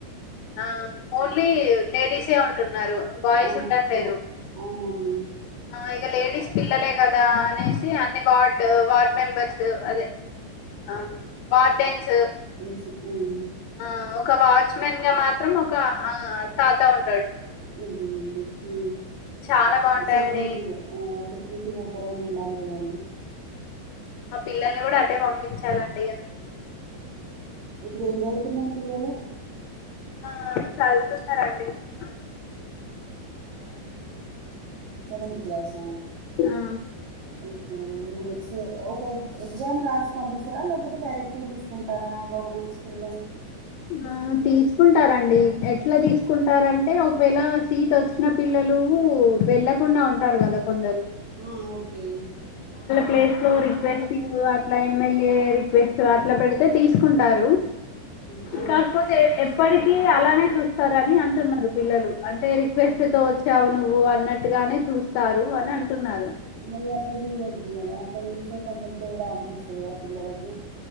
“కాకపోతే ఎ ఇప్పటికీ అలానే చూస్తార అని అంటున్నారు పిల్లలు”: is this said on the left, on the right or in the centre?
Left